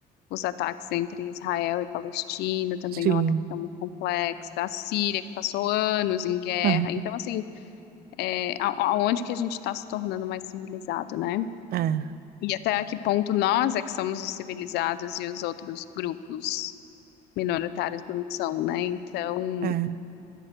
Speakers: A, on the left (about 75°); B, on the right (about 60°).
A: os ataques entre Israel e Palestina, também
B: Sim.
A: é uma questão muito complexa. A Síria, que passou anos em guerra.
B: Aham,
A: Então, assim, é, a- aonde que a gente está se tornando mais civilizado, né?
B: aham.
A: E até a que ponto nós é que somos os civilizados e os outros grupos minoritários não são, né? Então,
B: É, é, é.